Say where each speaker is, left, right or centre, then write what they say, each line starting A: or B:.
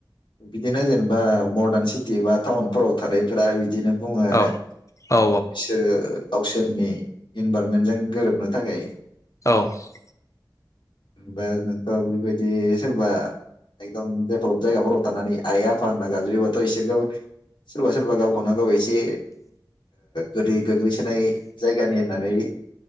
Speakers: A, on the left; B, on the left.
A: बिदिनो जेनेबा मर्दान सिटि बा टाउनफोराव थानायफोरा । बिदिनो बुङो आरो
B: औ
A: बिसोरो
B: औ
A: गावसोरनि इनभारनमेन्टजों गोरोबनो थाखाय ।
B: औ ।
A: बा नोंथ' बेबायदि सोरबा एकदम देभेलप जायगाफोराव थानानै आइ आफा होनना गाज्रिबाथ' इसोरखौ सोरबा सोरबा गाव खौवनो गाव एसे गोदै गोग्लैसोनाय जायगानि होननानै